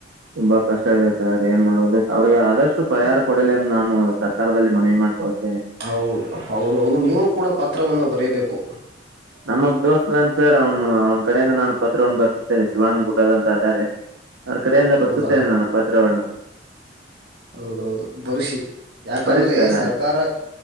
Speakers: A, on the right; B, on the right.
A: ತುಂಬಾ ಕಷ್ಟವಿದೆ ಸರ್ ಏನ್ ಮಾಡುದು ಅವ್ರಿಗೆ
B: ಹ್ಮ್.
A: ಆದಷ್ಟು ಪರಿಹಾರ ಕೊಡಲಿ ಅಂದ ನಾನ ತರದಲ್ಲಿ ಮನವಿ ಮಾಡ್ಕೊಳ್ತೇನೆ.
B: ಹೌದ ಹೌದ ಹೌದು ನೀವು ಕೂಡ ಪತ್ರವನ್ನು ಬರೀಬೇಕು.
A: ನಮ್ಮ ದೋಸ್ತ ಅದಾನ ಸರ್ ಅವ್ನ ಅವನ ಕಡೆಯಿಂದ ನಾನು ಪತ್ರವನ್ನ ಬರ್ಸುತ್ತೇನೆ ಶಿವಾನಂಗ ಗುಡದ ಅಂತ ಆದಾರೆ. ಅವ್ರ ಕಡೆಯಿಂದ
B: ಹೌದಾ
A: ಬರ್ಸುತ್ತೇನೆ ನಾನು ಪತ್ರವನ್ನು
B: ಹೌದೌದು ಬರ್ಸಿ ಯಾಕಂದ್ರೆ
A: ಬರಿ ಸರ್
B: ಸರ್ಕಾರ